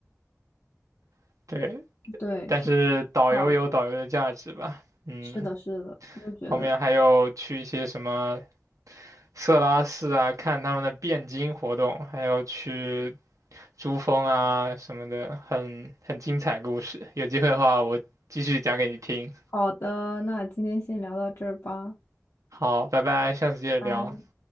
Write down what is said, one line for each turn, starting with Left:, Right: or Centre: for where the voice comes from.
Right: <laughs> 对，
Left: 对，
Right: 但是导游有导游的价值吧，
Left: 挺好的。
Right: 嗯。
Left: 是的，是的，我也觉得。
Right: 后面还有去一些什么色拉寺啊，看他们的汴京活动，还有去珠峰啊什么的，很很精彩故事。有机会的话，我继续讲给你听。
Left: 好的，那今天先聊到这儿吧。
Right: 好，拜拜，下次接着聊。
Left: 拜。